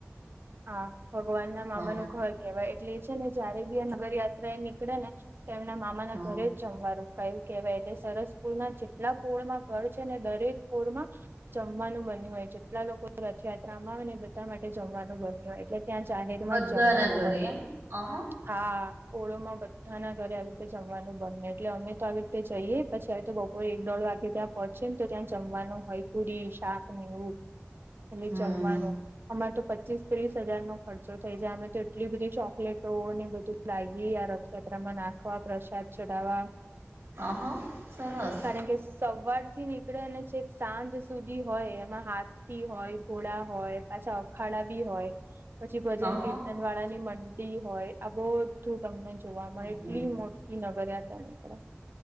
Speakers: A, on the right; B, on the right.
A: હા ભગવાન ના મામાનું
B: હા
A: ઘર કેવા એટલે એ છે, ને જયારે બી આ નગર યાત્રા એ નીકળે ને તો એમના મામા ના
B: હા
A: ઘરે જ જમવાનુંું કયું કેહેવાય સરસપુર ના જેટલા પોળમાં ઘર છે, ને દરેક પોળમાં જમવાનું બન્યું હોય જેટલા લોકો રથયાત્રામાં આવે ને બધા માટે જમવાનું બન્યું હોય એટલે ત્યાં જાહેર માં
B: બધાના
A: જ જમવાનું
B: ઘરે
A: હોય
B: એમ અહ
A: હા ઓળોમાં બધાના ઘરે આવી રીતે જમવાનું બનેને એટલે અમે તો આવીી તે જઈએ પછી હવે તો બપોરે એક દોઢ વાગે ત્યાં પહોંચીે ને તો ત્યાં જમવાનું હોય પુરી શાક ને એવું એટલે
B: હમ્મ
A: જમવાનું અમારે તો પ પચીસ ત્રીસ હજાર નો ખર્ચો થઈ જાય અમે તો એટલી બધી ચોકલેટો ને બધું ફ્ગી યાત્રામાં નાખવા પ્રસાદ ચડાવવા
B: હ હા સરસ
A: કારણ કે સવાર થી નીકળે અને છેક સાંજ સુધી હોય એમાં હાથ હોય ઘોડા હોય પાછા અખાડા બી હોય પછી ભજન
B: અહ
A: કીર્તન વાળાની મ હોય આ બહું તમને જોવા
B: હમ્મ
A: મળે એટલી મોટી નગરિયા હતા એનીકે